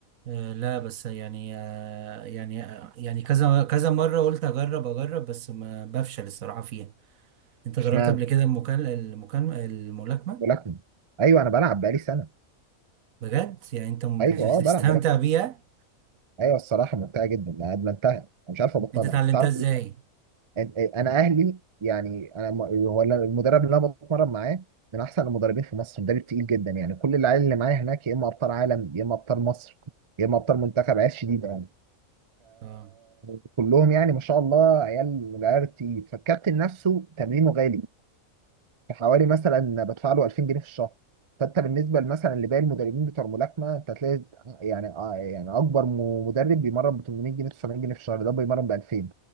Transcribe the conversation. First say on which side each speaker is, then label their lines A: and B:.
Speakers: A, on the right; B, on the right.
A: آه، لا بس يعني آه، يعني آه، يعني كذا كذا مرة قلت اجرب اجرب بس ما بفشل الصراحة فيها انت
B: اشمعنى
A: جربت قبل كده المكال المكالمة الملاكمة
B: ملاكمة؟ أيوه أنا بلعب بقالي سنة
A: بجد يعني انت م-
B: أيوه
A: <laughs> بتستمتع
B: أه بلعب ملاكمة
A: بيها
B: أيوه الصراحة ممتعة جدا أنا أدمنتها أنا مش عارف أبطلها
A: انت اتعلمتها
B: تعرف
A: ازاي
B: أنا أنا أهلي يعني أنا م- هو أنا المدرب اللي أنا بتمرن معاه من أحسن المدربين في مصر مدرب تقيل جدا يعني كل العيال اللي معايا هناك يا إما أبطال عالم يا إما أبطال مصر يا إما أبطال منتخب عيال شديدة يعني
A: اه
B: فكلهم يعني ما شاء الله عيال من العيال التقيل فالكابتن نفسه تمرينه غالي في حوالي مثلا بدفع له 2000 جنيه في الشهر فانت بالنسبه مثلا لباقي المدربين بتوع الملاكمه انت هتلاقي يعني آه يعني اكبر م- مدرب بيمرن ب 800 جنيه 900 جنيه في الشهر ده بيمرن ب 2000